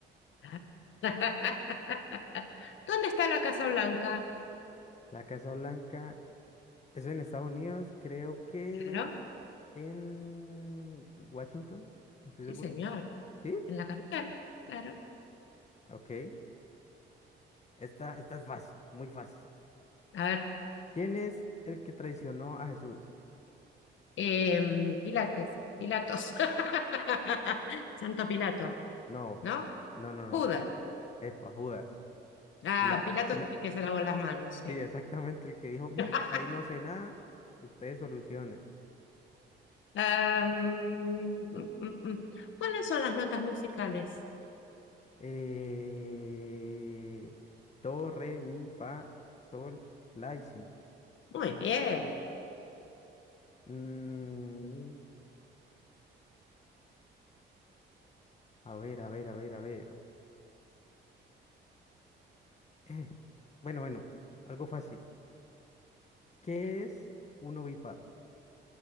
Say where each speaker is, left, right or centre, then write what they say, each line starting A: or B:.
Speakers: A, on the left; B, on the left.
A: Ah. <laughs> ¿Dónde está la Casa Blanca?
B: La Casa Blanca es en Estados Unidos, creo que
A: Claro,
B: en Washington, no estoy
A: sí,
B: seguro.
A: señor.
B: ¿Sí?
A: En la capital, claro.
B: Ok. Esta, esta es fácil, muy fácil.
A: A ver,
B: ¿Quién es el que traicionó a Jesús?
A: em, Pilates, Pilatos. <laughs> Santo Pilato.
B: No,
A: ¿no?
B: no, no, no.
A: Judas.
B: Epa, Judas.
A: Ah,
B: Pila,
A: Pilato
B: pila.
A: es el que se lavó las manos, sí.
B: Sí, exactamente el que dijo, "Mm,
A: <laughs>
B: ahí no sé nada, ustedes solucionen.
A: Ah, mm, mm, mm. ¿cuáles son las notas musicales?
B: Eh, do, re, mi, fa, sol, la y si.
A: Muy bien.
B: Mm, a ver, a ver, a ver, a ver. Eh, Bueno, bueno, algo fácil. ¿Qué es un ovíparo?